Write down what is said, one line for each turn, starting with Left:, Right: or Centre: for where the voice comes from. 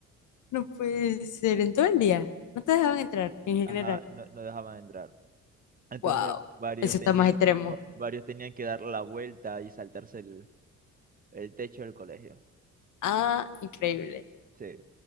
Left: No puede ser, en todo el día. No te dejaban entrar en
Right: Ajá,
Left: general.
Right: no, no dejaban entrar, entonces
Left: Wow,
Right: varios
Left: eso
Right: tenían,
Left: está más extremo.
Right: va- varios tenían que dar la vuelta y saltarse el, el techo del colegio,
Left: Ah, increíble.
Right: sí.